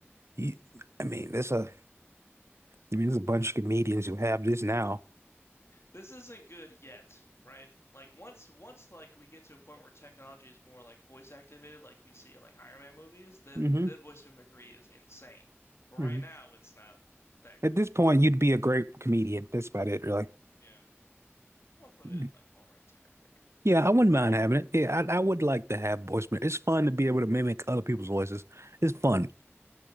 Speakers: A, on the right; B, on the left.
A: You, I mean, there's a I mean, there's a bunch of comedians who have this now.
B: This isn't good yet, right? Like once once like we get to a point where technology is more like voice activated, like we see in like Iron Man movies, then
A: Mm-hmm.
B: then voice mimicry is insane. But right
A: mm-hmm.
B: now, it's not that good.
A: At this point, you'd be a great comedian. That's about it, really.
B: Yeah, I'm gonna put
A: Mm.
B: it in like all right tier, I think.
A: Yeah, I wouldn't mind having it. Yeah, I, I would like to have voice. ma- It's fun to be able to mimic other people's voices. It's fun.